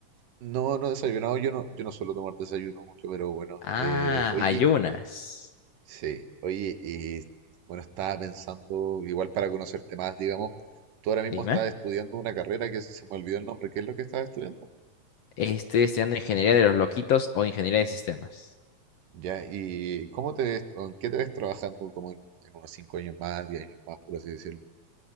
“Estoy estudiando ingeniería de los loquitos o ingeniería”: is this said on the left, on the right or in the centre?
Left